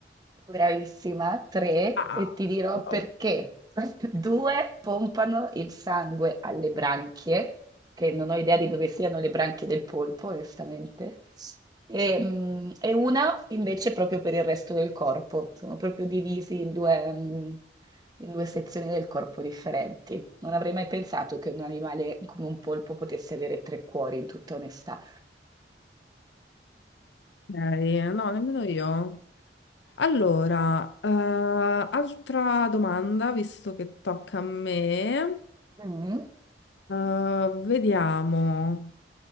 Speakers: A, on the right (about 20°); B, on the left (about 75°).
A: Bravissima, tre,
B: Ah,
A: e ti dirò
B: wow.
A: perché. <laughs> Due pompano il sangue alle branchie, che non ho idea di dove siano le branchie del polpo, onestamente, e, mm, e una invece proprio per il resto del corpo. Sono proprio divisi in due, mm, in due sezioni del corpo differenti. Non avrei mai pensato che un animale come un polpo potesse avere tre cuori, in tutta onestà.
B: Ok, no, nemmeno io. Allora, eh, altra domanda, visto che tocca a me.
A: Mm.
B: Eh, vediamo.